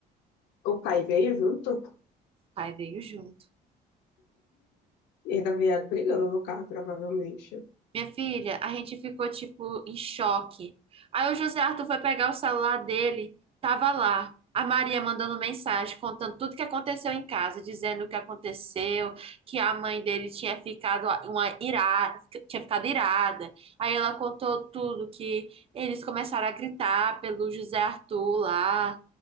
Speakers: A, on the left; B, on the right.
A: O pai veio junto
B: pai veio junto.
A: e ainda vieram brigando no carro, provavelmente.
B: Minha filha, a gente ficou tipo em choque. Aí o José Arthur foi pegar o celular dele, tava lá. A Maria mandando mensagem, contando tudo que aconteceu em casa, dizendo o que aconteceu, que a mãe dele tinha ficado uma irada, tinha ficado irada. Aí ela contou tudo que eles começaram a gritar pelo José Arthur lá